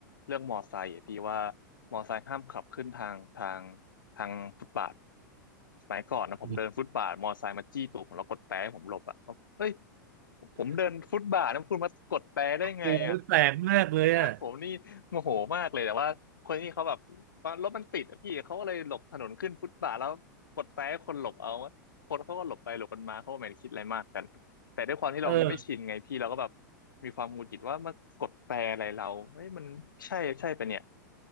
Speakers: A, on the left; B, on the right.
A: เรื่องมอไซค์อะพี่ว่ามอไซค์ห้ามขับขึ้นทางทางทางฟุตบาทสมัยก่อนนะผมเดินฟุตบาทมอไซค์มาจี้ตูดผมแล้วกดแตรให้ผมหลบอ่ะเอ้ย
B: อืม
A: ผมเดินฟุตบาทนะคุณมากดแตรได้ไงอ่ะ
B: โอ้ยแปลกมากเลยอ่ะ
A: <laughs> ผมนี่โมโหมากเลยแต่ว่าคนที่เขาแบบว่ารถมันติดอะพี่เขาก็เลยหลบถนนขึ้นฟุตบาทแล้วกดแตรให้คนหลบเอาคนเขาก็หลบไปหลบกันมาเขาก็ไม่ได้คิดอะไรมากกันแต่ด้วยความที่เราไม่ชินไงพี่เราก็แบบ
B: เออ
A: มีความหงุดหงิดว่ามากดแตรอะไรเราเฮ้ยมันใช่ใช่ปะเนี่ย